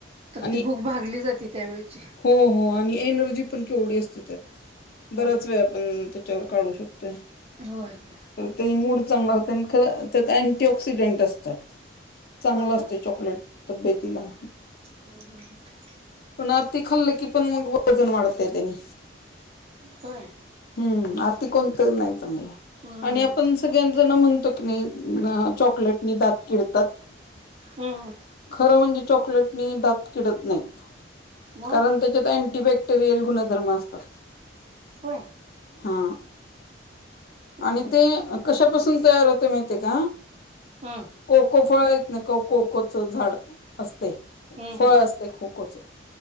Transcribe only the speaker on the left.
आणि
हो हो आणि एनर्जी पण केवढी असते त्यात बराच
वेळ आपण त्याच्यावर काढू शकतोय
तर ते मूड चांगला होते आणि खरं त्यात अँटी ऑक्सिडेंट असतात चांगलं
असतय
चॉकलेट तब्येतीला
पण अती खाल्लं की पण मग वजन वाढतय त्यांनी
हम्म अती कोणत नाही चांगलं
आणि आपण सगळ्यां जण म्हणतो की नाही चॉकलेटनी दात किडतात
खरं म्हणजे चॉकलेटनी दात किडत नाहीत
कारण त्याच्यात अँटीबॅक्टेरियल गुणधर्म असतात
हा
आणि
ते कशापासून तयार होतय माहिती आहे का
कोको फळ आहेत ना का कोकोचं झाड असते
फळ
असतय को कोच